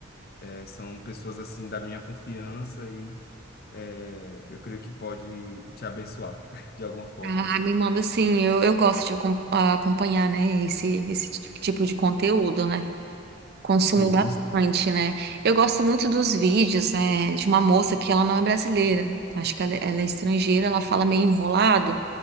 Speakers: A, on the left; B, on the right.
A: É, São pessoas assim da minha confiança e é, eu creio que pode te abençoar <laughs> de alguma forma.
B: Ah, me manda sim, eu, eu gosto de acom- ah, acompanhar, né, esse, esse ti- tipo de conteúdo, né? Consumo
A: Sim.
B: bastante, né? Eu gosto muito dos vídeos, né, de uma moça que ela não é brasileira. Acho que ela, é ela é estrangeira, ela fala meio enrolado,